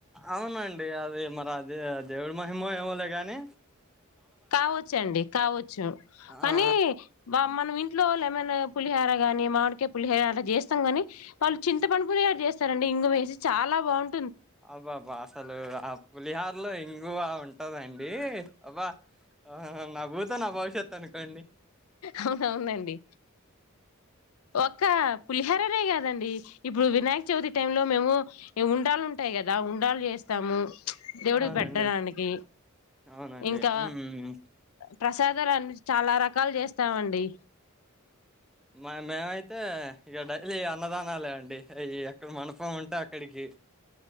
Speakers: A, in the centre; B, on the left.
A: అవునండి అది మరి అదే దేవుడి మహిమో ఏమోలే కాని
B: కావచ్చండి కావచ్చు కానీ
A: ఆ
B: మనం ఇన్ ట్లో లెమన్ పులిహార కాని మామిడికాయ పులిహార అలా చేస్తాం కాని వాళ్ళు చింత పండు పులిహార చేస్తారండి ఇంగువేసి చాలా బాగున్
A: అబ్బాబ్బా అసలు ఆ పులిహా ర్లో ఇంగువా ఉంటదండి అబ్బా ఆహా నాభూతో నా భవిష్యత్ అనుకోండి
B: అవునవునండి ఒక పులిహరనేే కాదండి ఇప్పుడు వినాయక చవితి టైం లో మేము ఉండ్రాళ్ళు ఉంటాయి కదా ఉండ్రాళ్ళు చేస్తాము దేవుడికి
A: అవునండి
B: పెట్టడానికి
A: అవునండి
B: ఇంకా
A: ఉమ్
B: ప్రసాదరాలు చాలా రకాలు చేస్తామండి
A: మా మేమైతే ఇక డైలీ అన్నదానాలే అండి అవి ఎక్కడ మండపం ఉంటే అక్కడికి